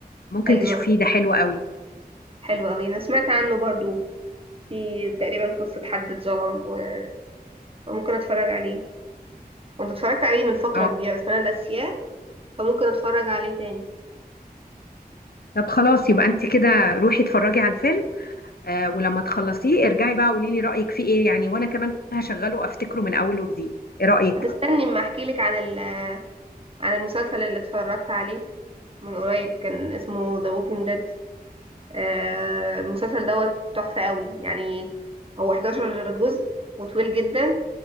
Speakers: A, on the left; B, on the right.
A: ممكن
B: ايوه
A: تشوفيه ده حلو قوي
B: حلو قوي انا سمعت عنه برضو في تقريبا قصه حد اتظلم و- وممكن اتفرج عليه كنت اتفرجت عليه من فتره
A: اه
B: كبيره بس انا ناسياه فممكن اتفرج عليه تاني
A: طب خلاص يبقى انت كده روحي اتفرجي على الفيلم آه ولما تخلصيه ارجعي بقى قولي لي رأيك فيه ايه يعني وانا كمان هشغله افتكره من اول وجديد ايه رأيك
B: طب استني اما احكي لك عن ال عن المسلسل اللي اتفرجت عليه من قريب كان اسمه The Walking Dead آه، المسلسل دوت تحفة قوي يعني هو 11 جزء وطويل جدا